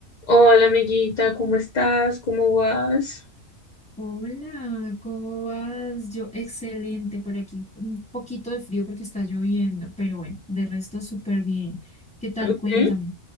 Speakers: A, on the left; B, in the centre.
A: Hola, amiguita, ¿cómo estás? ¿Cómo vas?
B: Hola, ¿cómo vas? Yo, excelente por aquí. Un poquito de frío porque está lloviendo, pero bueno, de resto súper bien. ¿Qué tal?
A: Ujú,
B: Cuéntame,